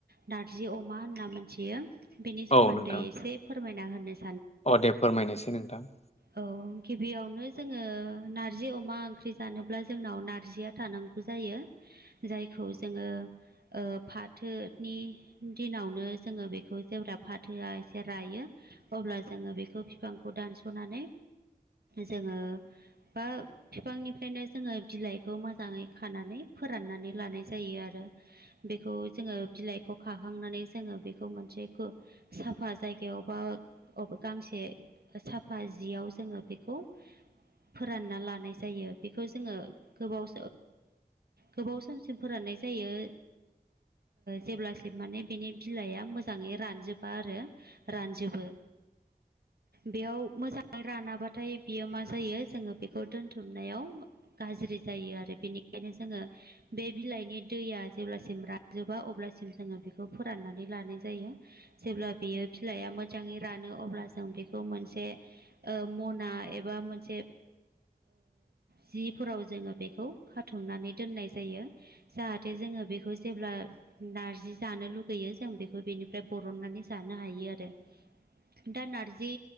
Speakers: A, on the right; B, on the left.
A: नारजि अमा होनना मोनथियो बेनि सोमोन्दै
B: औ नोंथां
A: एसे फोरमायना होनोसै।
B: अ दे फोरमायनोसै नोंथां।
A: औ गिबियावनो जोङो नारजि अमा ओंख्रि जानोब्ला जोंनाव नारजिया थानांगौ जायो। जायखौ जोङो ओ फाथोनि दिनावनो जोङो बेखौ जेब्ला फाथोआ जे रायो अब्ला जोङो बेखौ बिफांखौ दानस'नानै जोङो बा बिफांनिफ्रायनो जोङो बिलाइखौ मोजाङै खानानै फोराननानै लानाय जायो आरो बेखौ जोङो बिलाइखौ खाखांनानै जोङो बेखौ मोनसे साफा जायगायाव बा गांसे साफा जियाव जोङो बेखौ फोरानना लानाय जायो बेखौ जोङो गोबाव गोबाव समसिम फोराननाय जायो जेब्लास माने बिनि बिलाइआ मोजाङै रानजोबा आरो रानजोबो बेयाव मोजां रानाबाथाय बियो मा जायो जोङो बेखौ दोनथुमनायाव गाज्रि जायो आरो बेनिखायनो जोङो बे बिलाइनि दैया जेब्लासिम राजोबा अब्लासिम जोङो बेखौ फोराननानै लानाय जायो जेब्ला बियो बिलाइआ मोजाङै रानो अब्ला जों बेखौ मोनसे मना एबा मोनसे जिफोराव जोङो बेखौ खाथुमनानै दोननाय जायो जाहाथे जोङो बेखौ जेब्ला नारजि जानो लुगैयो जों बेखौ बेनिफ्राय बरननानै जानो हायो आरो दा नारजि